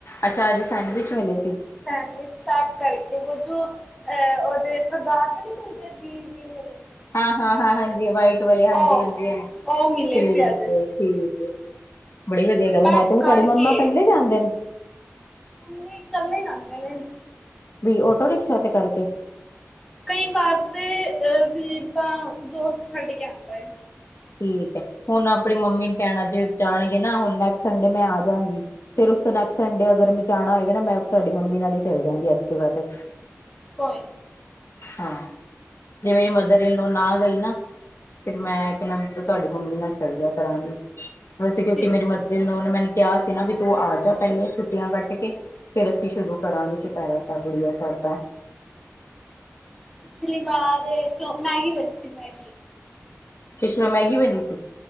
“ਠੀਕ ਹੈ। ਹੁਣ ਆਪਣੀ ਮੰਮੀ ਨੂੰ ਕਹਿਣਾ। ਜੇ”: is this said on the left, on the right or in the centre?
Left